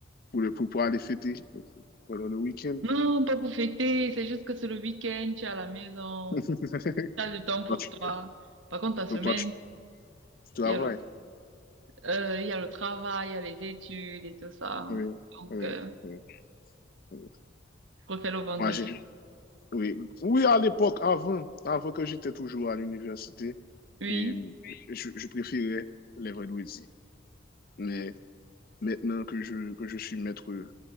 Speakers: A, on the left (about 50°); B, on the right (about 80°).
A: Pour, le, pour pouvoir aller fêter pendant le week-end.
B: Non, pas pour fêter. C'est juste que c'est le week-end. Tu es à la maison.
A: <laughs>
B: Tu as du temps pour
A: Toi, tu-
B: toi. Par contre, ta semaine,
A: donc, toi, tu, tu travailles.
B: il y a le, euh, il y a le travail, il y a les études et tout ça.
A: Oui,
B: Donc,
A: oui,
B: euh,
A: oui. oui.
B: je préfère le vendredi.
A: Moi, j'ai, Oui, oui à l'époque, avant, avant que j'étais toujours à l'université,
B: Oui.
A: et je, je préférais les vendredis. Mais maintenant que je, que je suis maître